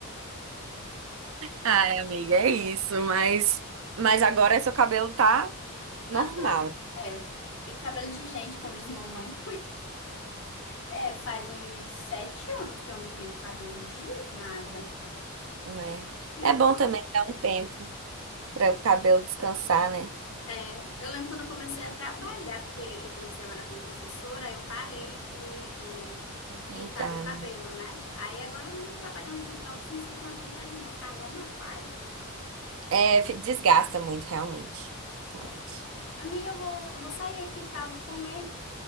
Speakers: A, on the right; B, on the left.
A: Ai, amiga, é isso, mas mas agora seu cabelo tá
B: natural.
A: normal,
B: É. Cabelo de gente, como diz mamãe. É, faz uns sete anos que eu não pinto cabelo de nada.
A: né?
B: E
A: É
B: eu
A: bom
B: gosto.
A: também dar um tempo para o cabelo descansar, né?
B: É, eu lembro quando eu comecei a trabalhar, porque eu comecei a trabalhar como professora, aí eu parei de, de
A: Pra Pintar,
B: pintar meu cabelo,
A: né?
B: né? Aí agora eu trabalhando no home office, não sinto mais vontade não, ficar igual uma palha.
A: É, fi- desgasta muito, realmente. Realmente.
B: É. Amiga, eu vou, eu vou sair aqui, tá? Vou comer.